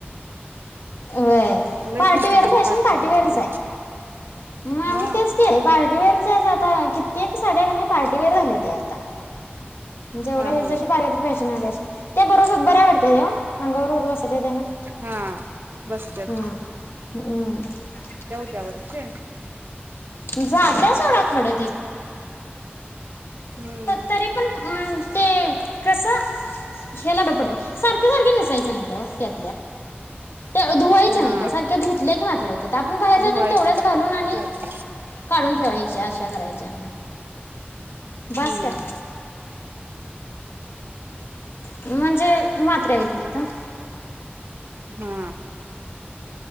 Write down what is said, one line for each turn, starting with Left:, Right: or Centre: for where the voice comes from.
Left: वय
Right: लय
Left: पार्टीवेअर
Right: आली
Left: फॅशन
Right: पार्टीवेअरची
Left: पार्टीवेअरच आहे, म
Right: हा
Left: आम्ही तेच के पार्टीवेअरच आता ना कित्येक साड्या पार्टीवेअर राहिले ते आता. जेवढयाला
Right: हा हा
Left: <unintelligible> फॅशन आल्याशी. त्या बरोबर बऱ्या वाटते तेव अंगा बरोबर बसते <unintelligible>
Right: हा बसत्यात
Left: हम्म हम्म हम्म.
Right: त्यावरचे.
Left: झात्या सोडा खरं तिथं.
Right: हम्म
Left: तरी पण ते कस ह्याला रपडत. सारखं सारखं नस त्याच्या नाही त्यात धुवायच
Right: हा
Left: नाही त्या सारख्या धुत की मात्र हो आपण बाहेर
Right: धुवायचं
Left: जात तेवढ्याच
Right: नाही
Left: घालून आणि
Right: जात
Left: काढून ठेवाय अ अशा करायच्या. बस
Right: हम्म
Left: का? म्हणजे मात्र्या होइत नाही का.
Right: हा.